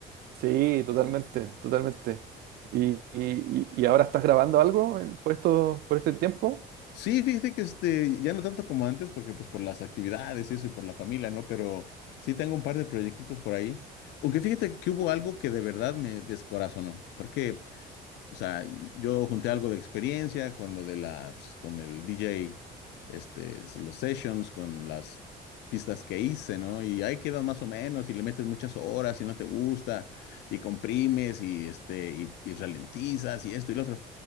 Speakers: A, on the right (about 70°); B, on the left (about 85°).
A: Sí, totalmente, totalmente. ¿Y, y- y- y ahora estás grabando algo en- por esto, por este tiempo?
B: Sí, fíjate que este, ya no tanto como antes, porque pues por las actividades y eso y por la familia, ¿no? Pero sí tengo un par de proyectitos por ahí. Aunque fíjate que hubo algo que de verdad me descorazonó, porque, o sea, yo junté algo de experiencia con lo de la, pues, con el DJ, este, s- los sessions, con las pistas que hice, ¿no? Y ahí quedan más o menos, y le metes muchas horas y no te gusta, y comprimes, y este, y, y ralentizas, y esto y lo otro.